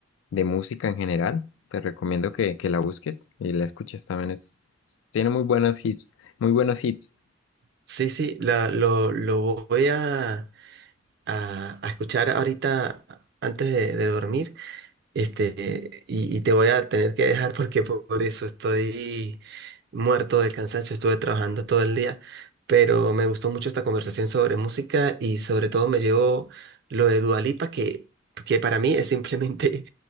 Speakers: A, on the left (about 80°); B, on the right (about 55°).
A: de música en general. Te recomiendo que, que la busques y la escuches también. Es, tiene muy buenos hits, muy buenos hits.
B: Sí, sí, la- lo, lo voy a, a, a escuchar ahorita antes de de dormir Este, y, y te voy a tener que dejar porque po- por eso estoy muerto del cansancio, estuve trabajando todo el día, pero me gustó mucho esta conversación sobre música y sobre todo me llevo lo de Dua Lipa, que, que para mí es simplemente